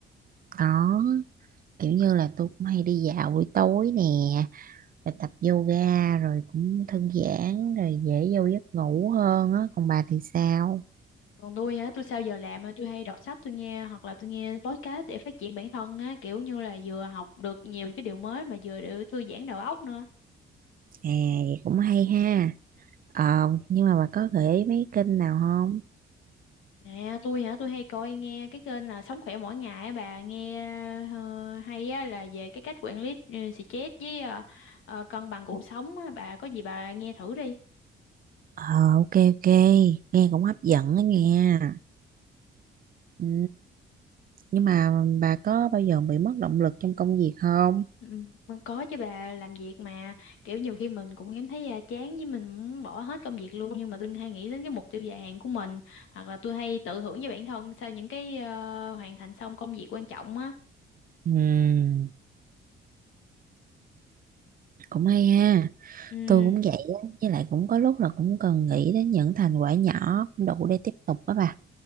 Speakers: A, on the right; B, on the left.
A: có kiểu như là tôi cũng hay đi dạo buổi tối nè rồi tập yoga rồi cũng thư giãn rồi dễ vô giấc ngủ hơn á còn bà thì sao
B: Còn tôi hả, tôi sau giờ làm á, tôi hay đọc sách tôi nghe hoặc là tôi nghe podcast để phát triển bản thân á, kiểu như là vừa học được nhiều cái điều mới mà vừa để thư giãn đầu óc nữa.
A: À vậy cũng hay ha. Ờ nhưng mà bà có gợi ý mấy kênh nào không?
B: À, tôi hả, tôi hay coi nghe cái kênh là Sống khỏe mỗi ngày á bà nghe ờ, hay á là về cái cách quản lý uh, stress với ờ, ờ, cân bằng cuộc sống á, bà có gì bà nghe thử đi.
A: Ờ ok ok, nghe cũng hấp dẫn đó nghe. Ừ, nhưng mà bà có bao giờ bị mất động lực trong công việc không?
B: Ừ, mình có chứ bà làm việc mà kiểu nhiều khi mình cũng cảm thấy à, chán với mình muốn bỏ hết công việc luôn nhưng mà tôi hay nghĩ đến cái mục tiêu dài hạn của mình hoặc là tôi hay tự thưởng cho bản thân sau những cái ờ, hoàn thành xong công việc quan trọng á
A: Ừ, cũng hay ha.
B: ừ
A: Tôi cũng vậy á, với lại cũng có lúc là cũng cần nghĩ đến những thành quả nhỏ cũng đủ để tiếp tục đó bà.